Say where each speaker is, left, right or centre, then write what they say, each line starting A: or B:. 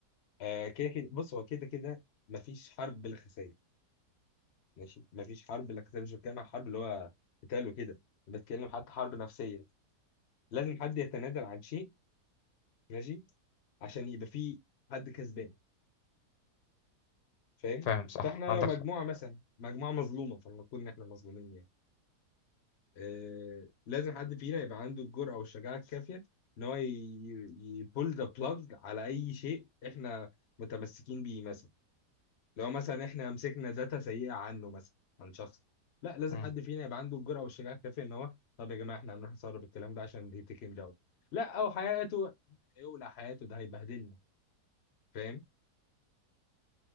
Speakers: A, on the left (about 50°); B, on the left (about 80°).
A: آه كده كده بص هو كده كده مفيش حرب بلا خسائر ماشي مفيش حرب بلا خسائر مش بتكلم عن حرب اللي هو قتال وكده بتكلم حتى حرب نفسيه لازم حد يتنازل عن شيء ماشي عشان يبقى فيه حد كسبان فاهم
B: فاهم صح
A: فاحنا
B: عندك
A: لو مجموعه
B: حق
A: مثلا مجموعه مظلومه فلنقول ان احنا مظلومين يعني آه لازم حد فينا يبقى عنده الجرأه والشجاعه الكافيه ان هو يبول ذا بلاج على اي شيء احنا متمسكين بيه مثلا لو مثلا احنا مسكنا داتا سيئه عنه مثلا عن شخص لا لازم
B: مم.
A: حد فينا يبقى عنده الجرأه والشجاعه الكافيه ان هو طب يا جماعه احنا هنروح نسرب الكلام ده عشان يتكلم ده لا او حياته يولع حياته ده هيبهدلنا فاهم